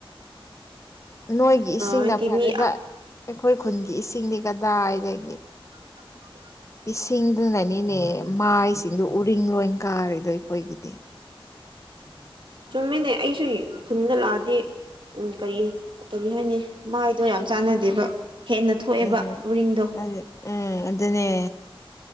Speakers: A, on the left (about 30°); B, on the right (about 60°).
A: ꯅꯣꯏꯒꯤ ꯏꯁꯤꯡꯅ
B: ꯍꯥꯏꯗꯤ
A: ꯐꯔꯦꯗ
B: ꯃꯤ
A: ꯑꯩꯈꯣꯏ ꯈꯨꯟꯒꯤ ꯏꯁꯤꯡꯅꯤ ꯀꯗꯥꯏꯗꯒꯤ
B: <unintelligible> <inaudible>
A: ꯏꯁꯤꯡꯗꯨꯅꯅꯤꯅꯦ ꯃꯥꯏꯁꯤꯡꯗꯨꯣ ꯎꯔꯤꯡ ꯂꯣꯏ ꯀꯥꯔꯤꯗꯣ ꯑꯩꯈꯣꯏꯒꯤꯗꯤ <unintelligible>
B: ꯆꯨꯝꯃꯤꯅꯦ
A: <inaudible>
B: ꯑꯩꯁꯨ ꯈꯨꯟꯗ ꯂꯥꯛꯑꯗꯤꯦ ꯎꯝ ꯀꯔꯤ ꯀꯔꯤ ꯍꯥꯏꯅꯤ ꯃꯥꯏꯗꯣ ꯌꯥꯝ ꯆꯥꯟꯅꯗꯦꯕ ꯍꯦꯟꯅ ꯊꯣꯛꯑꯦꯕ
A: ꯎꯝ
B: ꯎꯔꯤꯡꯗꯣ
A: ꯎꯝ ꯑꯗꯨꯅꯦ